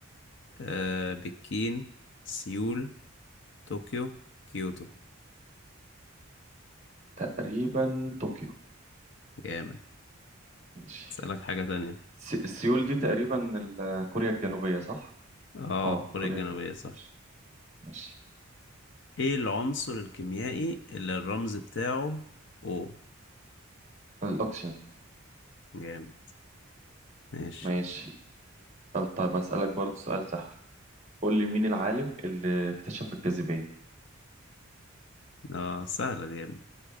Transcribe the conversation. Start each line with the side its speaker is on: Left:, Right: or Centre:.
Left: آه، بكين سيول طوكيو كيوتو
Right: تقريبا طوكيو
Left: جامد
Right: ماشي
Left: اسألك حاجة تانية
Right: سي- سيول دي تقريبا ال- كوريا الجنوبية صح؟
Left: اه
Right: اه
Left: كوريا
Right: كوريا
Left: الجنوبية
Right: الجنوبية
Left: صح
Right: ماشي ماشي
Left: ايه العنصر الكيميائي اللي الرمز بتاعه او
Right: الأوكسجين
Left: جامد ماشي
Right: ماشي طب طب أسألك برضو سؤال سهل قول لي مين العالم اللي اكتشف الجاذبية؟
Left: اه سهلة دي يا ابني